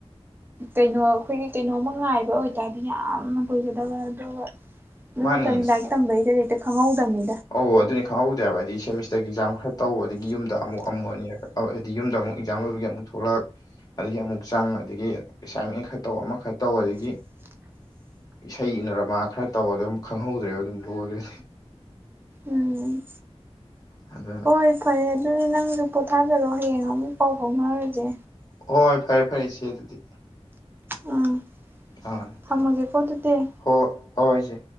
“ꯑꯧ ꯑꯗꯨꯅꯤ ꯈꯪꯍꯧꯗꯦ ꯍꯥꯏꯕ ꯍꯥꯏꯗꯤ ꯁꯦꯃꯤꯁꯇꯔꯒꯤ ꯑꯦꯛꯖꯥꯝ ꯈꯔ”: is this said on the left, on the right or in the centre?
Left